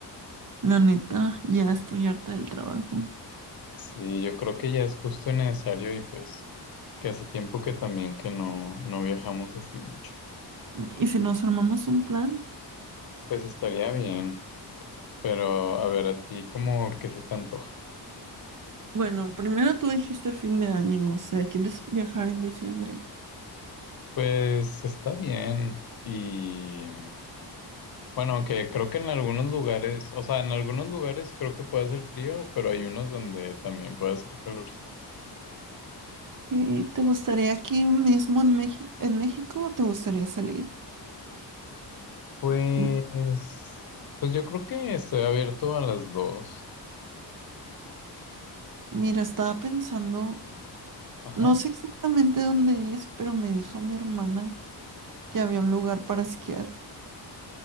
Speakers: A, on the right; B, on the left.
A: la neta ya estoy harta del trabajo.
B: Sí, yo creo que ya es justo y necesario y pues que hace tiempo que también que no, no viajamos así mucho.
A: ¿Y si nos armamos un plan?
B: Pues estaría bien, pero a ver, a ti como que se te antoja.
A: Bueno, primero tú dijiste fin de año, o sea, ¿quieres viajar en diciembre?
B: Pues está bien y Bueno, aunque creo que en algunos lugares, o sea, en algunos lugares creo que puede hacer frío, pero hay unos donde también puede hacer calorcito.
A: ¿Qué- ¿Te gustaría aquí mismo en México, en México o te gustaría salir?
B: Pues,
A: N-
B: pues yo creo que estoy abierto a las dos.
A: Mira, estaba pensando,
B: Ajá.
A: no sé exactamente dónde es, pero me dijo mi hermana que había un lugar para esquiar.